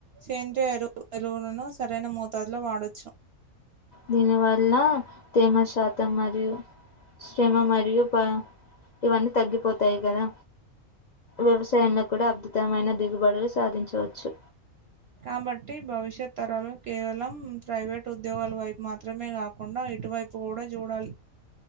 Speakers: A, on the right; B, on the left.
A: సేంద్రియ ఎరువు ఎరువులను సరైన మోతాదులో వాడొచ్చు
B: దీని వల్ల తేమ శాతం మరియు శ్రమ మరియు ప ఇవన్నీ తగ్గిపోతాయి కదా వ్యవసాయంలో కూడా అద్భుతమైన దిగుబడులు సాధించవచ్చు
A: కాబట్టి భవిష్యత్ తరాలు కేవలం ప్రైవేట్ ఉద్యోగాల వైపు మాత్రమే కాకుండా ఇటువైపు గూడా జూడాలి